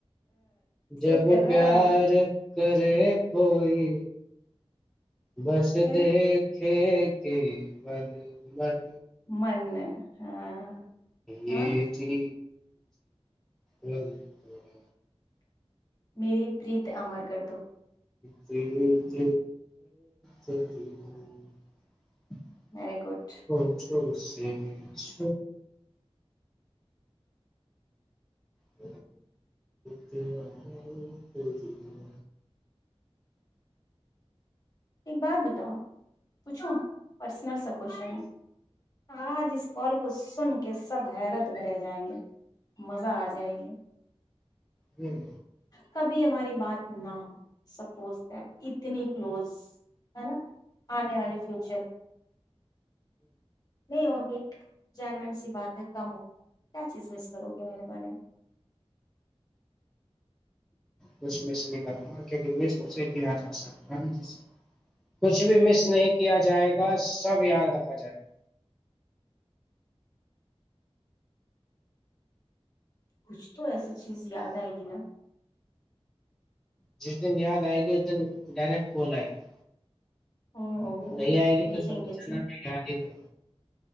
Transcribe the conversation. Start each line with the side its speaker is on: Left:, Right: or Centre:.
Centre: جب
Left: سوٹ کر رہا
Centre: پیار
Left: ہے
Centre: کرے کوئی بس
Left: یہ
Centre: تو کھیتی بل من
Left: من ہاں
Centre: یہری
Left: ہاں
Centre: ا <inaudible>
Left: میری پریت امر کر دو
Centre: ہ ج <unintelligible> د دری <unintelligible>
Left: ویری گڈ
Centre: ہ چو <unintelligible> ا چھ ب ت ن پور <unintelligible>
Left: ایک بات بتاؤ پوچھو پرس نر سا کوشن آ جس کال کو سن کر کہ سب حیرت میں رہ جائیں گے مزہ آ جائے گی
Centre: جی
Left: کبھی ہماری بات نہ ہو سپوز دیٹ اتنی کلوز ہے نا آنے والے فیوچر نہیں ہوگی جینون سی بات ہے کم ہو کیا چیز مس کرو گے میرے بارے میں
Centre: بس میں سے نہیں کر رہا گا کیک سوچے کیا جا سکتا ہے جسے کچھ بھی مس نہیں کیا جائے گا سب یاد رکھا جائے گا
Left: کچھ تو ایسی چیز یاد آئے گی نا
Centre: جس دن یاد آئے گی اس دن ڈائریکٹ کال آئے گی
Left: او ہو
Centre: اور
Left: ہو
Centre: نہیں
Left: ہو،
Centre: آئے گی
Left: دیکھیں
Centre: تو سمجھ
Left: گے
Centre: جا
Left: جی
Centre: یاد ہی پا